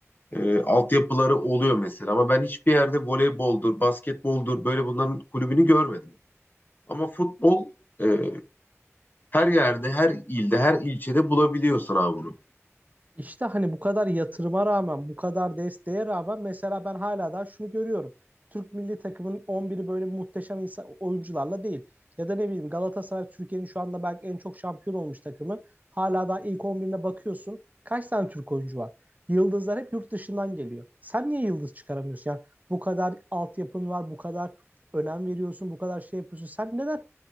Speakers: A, on the left; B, on the right.
A: e, altyapıları oluyor mesela. Ama ben hiçbir yerde voleyboldur, basketboldur böyle bunların kulübünü görmedim. Ama futbol e, her yerde, her ilde, her ilçede bulabiliyorsun abi bunu.
B: İşte hani bu kadar yatırıma rağmen, bu kadar desteğe rağmen mesela ben hala daha şunu görüyorum. Türk milli takımının 11'i böyle muhteşem insan, oyuncularla değil. Ya da ne bileyim Galatasaray Türkiye'nin şu anda belki en çok şampiyon olmuş takımı. Hala daha ilk 11'ine bakıyorsun. Kaç tane Türk oyuncu var? Yıldızlar hep yurt dışından geliyor. Sen niye yıldız çıkaramıyorsun? Yani bu kadar altyapın var, bu kadar önem veriyorsun, bu kadar şey yapıyorsun. Sen neden